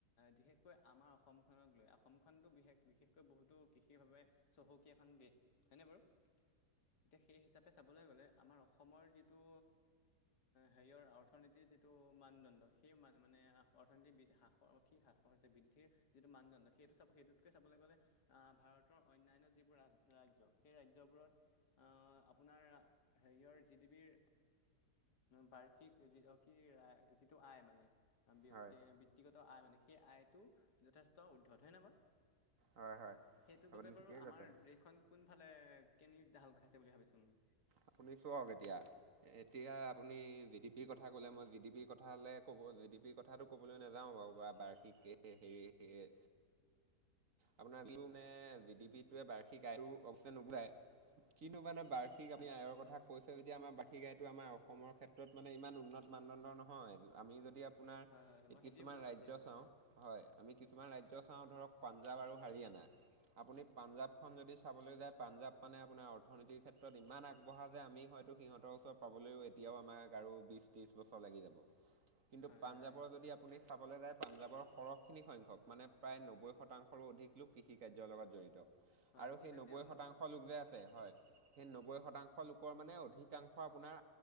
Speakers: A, on the left; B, on the right.
A: ধিশেষ বিশষকৈ আমাৰ অসমখনক লৈ অসমখনতো বিশেষ বিশেষকৈ বহুতো কৃষিৰভাৱে চহকীয়া এখন দেশ। হয়নে বাৰু। এতিয়া সেই হিচাপে চাবলৈ গ'লে আমাৰ অসমৰ যিটো হেৰিয়ৰ অৰ্থনীতি যিটো মানদণ্ড সেই মান মানে অৰ্থনীতি হ্ৰাসৰ কি হ্ৰাসৰ বৃদ্ধিৰ যিটো মানদণ্ড সেইটো চাব সেইটোতকে চাব কবলে গ'লে ভাৰতৰ অন্যান্য যিবোৰ ৰাজ সেই ৰাজ্যবোৰত অহ আপোনাৰ হেৰিয়ৰ জি ডি বিৰ বাৰ্ষিক অ ৰা টো আয় ব্যক্তি
B: হয়
A: বৃত্তিগত আই মানে সেই আইটো যথেষ্ট উৰ্দ্ধত হয় নে বাৰু।
B: হয় হয়
A: সেইটো
B: আপুনি
A: বাবে বাৰু
B: ঠিকেই
A: আমাৰ
B: কৈছে
A: দেশখন কোনফালে <unintelligible> ধাল খাইছে বুলি ভাবিছোঁ আমি।
B: আপুনি চাওক এতিয়া এতিয়া আপুনি জি ডি পিৰ কথা কলে মই জি ডি পিৰ কথা হলে ক'ব জি ডি পিৰ কথাটো ক'বলৈ নাযাও বাৰু বা বাৰ্ষিক হেৰি
A: <unintelligible>
B: আপোনাৰ <unintelligible> মানে জি ডি পিটোৱে বাৰ্ষিক বায়ু <unintelligible> নুবুজায়। কিন্তু মানে বাৰ্ষিক
A: হয়
B: আপুনি আয়ৰ কথা কৈছে এতিয়া আমাৰ বাকী গাইটো আমাৰ অসমৰ ক্ষেত্ৰত মানে ইমান উন্নত মানদণ্ড নহয় আমি যদি আপোনাৰ
A: হয় হয় হয়, মই সেইটোৱে
B: কিছুমান
A: বুজাবলৈ
B: ৰাজ্য
A: বিচাৰিছিলোঁ
B: চাও
A: হয়
B: হয় আমি কিছুমান ৰাজ্য চাওঁ ধৰক পাঞ্জাৱ আৰু হাৰিয়ানা আপুনি পাঞ্জাৱখন যদি চাবলৈ যায় পাঞ্জাৱ মানে আপোনাৰ অৰ্থনীতিৰ ক্ষেত্ৰত ইমান আগ বঢ়া যে আমি হয়তো সিহঁতৰ ওচৰত পাবলৈও এতিয়াও আমাক আৰু বিশ ত্ৰিশ বছৰ লাগি যাব। কিন্তু
A: হয়
B: পাঞ্জাৱৰ
A: হয় হয় হয়
B: যদি আপুনি চাবলৈ যায় পাঞ্জাবৰ সৰহখিনি সংখ্যক মানে প্ৰায় নব্বৈ শতাংশৰো অধিক লোক কৃষি কাৰ্যৰ লগত জড়িত।
A: হয়
B: আৰু
A: কিন্তু
B: সেই নব্বৈ
A: তেওঁলোক
B: শতাংশ লোক যে আছে হয় সেই নব্বৈ শতাংশ লোকৰ মানে অধিকাংশ আপোনাৰ